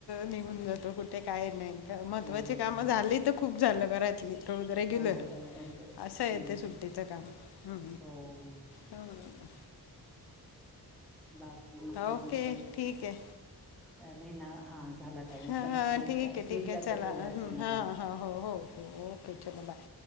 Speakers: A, on the left; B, in the centre.
A: निघून जातो कुठे काय नाही का महत्वाची
B: हो
A: काम
B: बरोबर
A: झाली तर खूप झालं घरातली. रेग्युलर
B: हो बरोबर आहे.
A: असं य
B: हम्म
A: ते सुट्टीचं काम ह.
B: हो
A: ह.
B: बाकी म अजून
A: ओके
B: काही चाले
A: ठीक आहे
B: ना. हा झाला टाईम
A: हां
B: चला ठेवते्या
A: ठीक आहे ठीक
B: मी
A: आहे
B: करते
A: चला
B: थोड्या तुम्हाला.
A: हां हां हो हो हो ओके चलो बाय